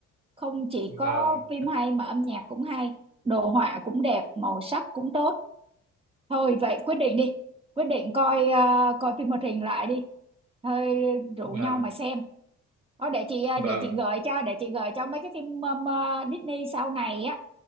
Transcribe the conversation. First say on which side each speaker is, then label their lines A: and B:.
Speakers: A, on the right; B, on the right.
A: Không chỉ
B: vâng
A: có phim hay mà âm nhạc cũng hay, đồ họa cũng đẹp, màu sắc cũng tốt thôi vậy quyết định đi quyết định coi à, coi phim hoạt hình lại đi thôi rủ
B: vâng
A: nhau mà xem đó để chị à,
B: vâng
A: để chị gợi cho để chị gợi cho mấy cái phim um, à, Disney sau này á